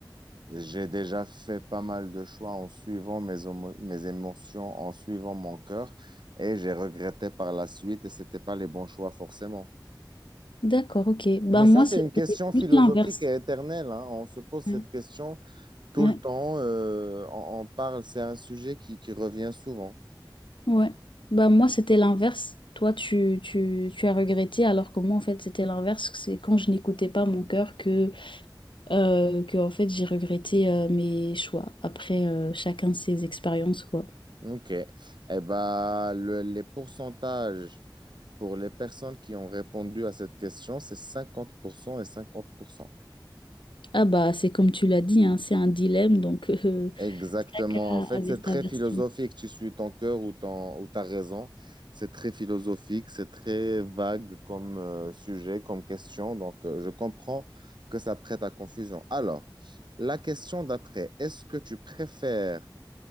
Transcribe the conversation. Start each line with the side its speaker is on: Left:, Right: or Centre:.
Right: j'ai déjà fait pas mal de choix en suivant mes, homo- mes émotions, en suivant mon cœur, et j'ai regretté par la suite, et c'était pas les bons choix forcément.
Left: D'accord, ok. Bah
Right: Mais
Left: moi,
Right: ça, c'est
Left: c'était
Right: une question philosophique
Left: plus l'inverse.
Right: et éternelle, hein. On se pose
Left: Ouais,
Right: cette question Tout
Left: ouais.
Right: le temps, euh, on, on parle, c'est un sujet qui, qui revient souvent.
Left: ouais. Bah moi, c'était l'inverse. Toi, tu, tu, tu as regretté, alors que moi, en fait, c'était l'inverse. C'est quand je n'écoutais pas mon cœur que, euh, que en fait, j'ai regretté euh, mes choix. Après, euh, chacun ses expériences, quoi.
Right: OK. Eh ben, le- les pourcentages pour les personnes qui ont répondu à cette question, c'est 50% et 50%.
Left: Ah bah, c'est comme tu l'as dit, hein, c'est un dilemme, donc <laughs> euh,
Right: Exactement.
Left: chacun
Right: En fait,
Left: avait
Right: c'est très
Left: sa version
Right: philosophique. Tu suis ton cœur ou, ton, ou ta raison. C'est très philosophique, c'est très vague comme euh, sujet, comme question. Donc, euh, je comprends que ça prête à confusion. Alors, la question d'après, est-ce que tu préfères